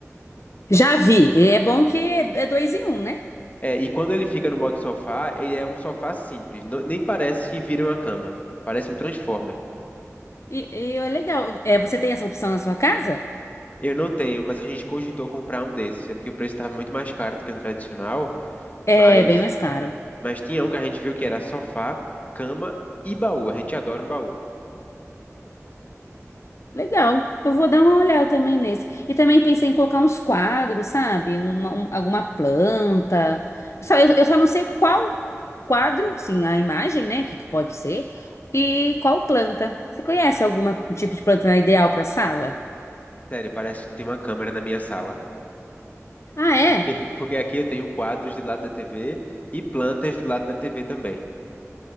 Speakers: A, on the left; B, on the left.
A: Já vi, e é bom que é dois em um, né?
B: É, e quando ele fica no modo sofá, ele é um sofá simples, não- nem parece que vira uma cama, parece um Transformer.
A: E, e é legal. É, você tem essa opção na sua casa?
B: Eu não tenho, mas a gente cogitou comprar um desses, é porque o preço estava muito mais caro do que um tradicional,
A: É
B: mas,
A: bem mais caro.
B: mas tinha um que a gente viu que era sofá, cama e baú. A gente adora um baú.
A: Legal, eu vou dar uma olhada também nesse. E também pensei em colocar uns quadros, sabe? Uma, um- alguma planta. Só, eu, eu só não sei qual quadro, sim, a imagem, né? Que, que pode ser. E qual planta. Você conhece algum tipo de planta ideal para sala?
B: Sério, parece que tem uma câmera na minha sala.
A: Ah, é?
B: Porque <laughs> porque aqui eu tenho quadros do lado da TV e plantas do lado da TV também.